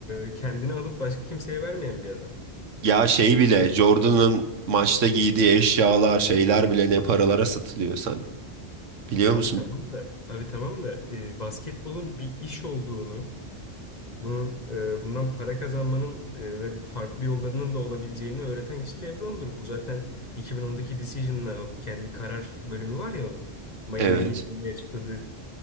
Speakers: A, on the left (about 35°); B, on the right (about 80°).
A: e, kendini alıp başka kimseye vermeyen bir adam.
B: Ya şey bile Jordan'ın maçta giydiği eşyalar şeyler bile ne paralara satılıyor sen. Biliyor
A: Abi
B: musun?
A: tamam da abi tamam da e, basketbolun bir iş olduğunu Bunun e, bundan para kazanmanın e, ve farklı yollarının da olabileceğini öğreten kişi LeBron'dur. Bu zaten 2010'daki Decision'la o kendi karar bölümü var ya onun. Miami'ye
B: Evet.
A: gittiğini açıkladığı